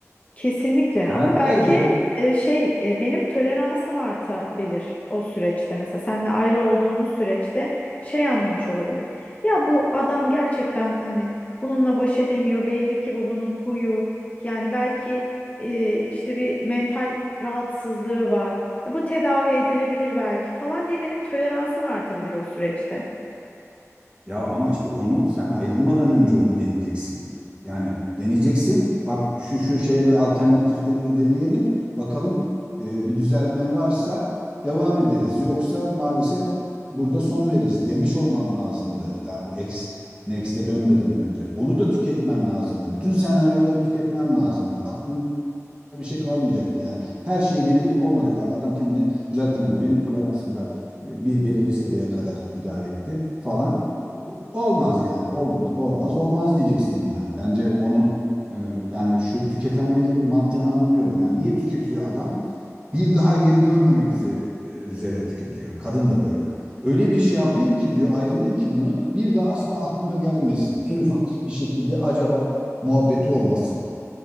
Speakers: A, on the left; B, on the right.
A: Kesinlikle
B: Karakter
A: ama belki
B: bu.
A: e, şey e, benim toleransım artabilir o süreçte mesela seninle ayrı olduğumuz süreçte şey anlamış olabilirim. Ya bu adam gerçekten hani bununla baş edemiyor belli ki bu bunun huyu yani belki e, işte bir mental rahatsızlığı var. Ya bu tedavi edilebilir belki falan diye benim toleransım artabilir o süreçte.
B: Ya ama işte onu sen ayrılmadan önce onu deneyeceksin. Yani deneyeceksin. Bak şu şu şeyle alternatiflerini de deneyelim. Bakalım e, bir düzelme varsa devam ederiz. Yoksa maalesef burada son veririz demiş olman lazımdı. Daha o ex, Next'e dönmeden önce. Onu da tüketmen lazımdı. Bütün senaryoları tüketmen lazımdı. Aklında bir şey kalmayacaktı yani. Her şeyi denedik olmadık abi adam kendini düzeltemedi. Benim toleransım da e, bir belirli seviyeye kadar idare etti falan. E, Olmaz yani olmaz olmaz olmaz diyeceksin yani. Bence onu e, yani şu tüketenlerin mantığını anlıyorum yani. Niye tüketiyor adam? Bir daha geri dönmemek üzere, e, üzere tüketiyor. Kadın da böyle. Öyle bir şey yapayım ki diyor ayrılayım ki bunu bir daha asla aklıma gelmesin. En ufak bir şekilde acaba muhabbeti olmasın.